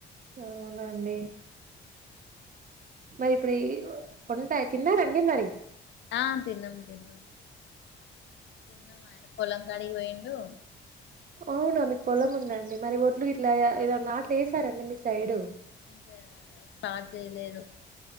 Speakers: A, on the right; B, on the left.
A: అవునండి మరి ఇప్పుడు ఈ ఒ ఒంట తిన్నారా అండి మరి
B: ఆ తిన్నం తిన్నం తిన్న మా ఆయన పొలం కాడి వొయిండూ
A: అవునా మీకు పొలం ఉందండి మరి ఒడ్లు ఇట్లా ఏద నాట్లు ఏసారా అండి మీ సైడు
B: ఇంకా స్టార్ట్ జేయలేదు